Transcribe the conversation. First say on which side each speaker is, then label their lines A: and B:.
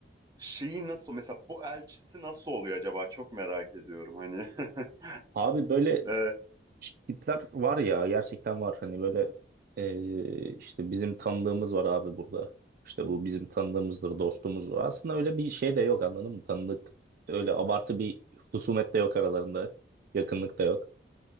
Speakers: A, on the right; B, on the right.
A: şeyi nasıl mesela bu elçisi nasıl oluyor acaba çok merak ediyorum hani. <laughs>
B: Abi böyle
A: Ee,
B: tipler var ya gerçekten var hani böyle e, işte bizim tanıdığımız var abi burada işte bu bizim tanıdığımızdır dostumuzdur aslında öyle bir şey de yok anladın mı tanıdık öyle abartı bir husumet de yok aralarında yakınlık da yok